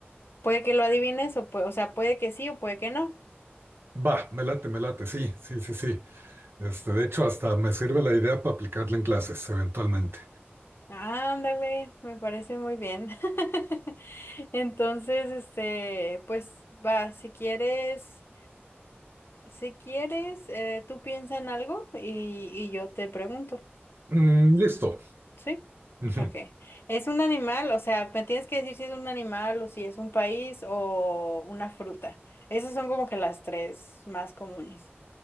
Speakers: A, on the left (about 65°); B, on the right (about 65°).
A: puede que lo adivines o, pue- o sea, puede que sí o puede que no.
B: Va, me late, me late. Sí, sí, sí, sí. Este, de hecho, hasta me sirve la idea para aplicarla en clases, eventualmente.
A: Ándale, me parece muy bien. <laughs> Entonces, este, pues va, si quieres, si quieres, eh, tú piensa en algo y, y yo te pregunto,
B: Mm, listo.
A: ¿sí?
B: Ujú.
A: Ok. ¿Es un animal? O sea, me tienes que decir si es un animal o si es un país o una fruta. Esas son como que las tres más comunes.